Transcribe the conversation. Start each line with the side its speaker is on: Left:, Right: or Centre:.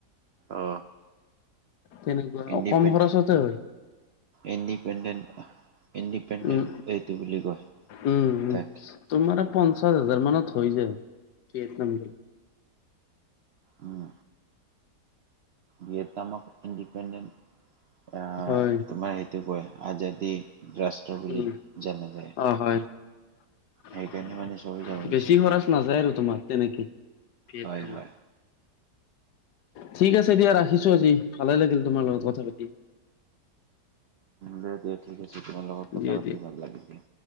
Right: অ
Left: তেনেকুৱা
Right: ইণ্ডিপেণ্ড
Left: কম খৰচতে হয়।
Right: ইণ্ডিপেণ্ডেণ্ট ইণ্ডিপেণ্ডেণ্ট
Left: উম
Right: এইটো বুলি কয়
Left: উম উম
Right: তাক।
Left: তোমাৰ পঞ্চাছ হাজাৰ মান থৈ যায় ভিয়েটনাম।
Right: উম। ভিয়েটনামক ইণ্ডিপেণ্ডেণ আ
Left: হয়
Right: তোমাৰ সেইটো কয় আজাদী ৰাষ্ট্ৰ বুলি
Left: উম
Right: জানা যায়।
Left: অ', হয়। বেছি
Right: সেইকাৰণে মানে চবেই যাব বিচাৰে
Left: খৰচ নাযায় আৰু তোমাৰ তেনেকে তোমাৰ
Right: হয়
Left: তেনেকে।
Right: হয়
Left: ঠিক আছে দিয়া, ৰাখিছোঁ আজি ভালে লাগিল তোমাৰ লগত কথা পাতি।
Right: দিয়া দিয়া ঠিক আছে তোমাৰ লগত কথা
Left: দিয়া
Right: পাতি
Left: দিয়া
Right: ভাল লাগি দিয়া।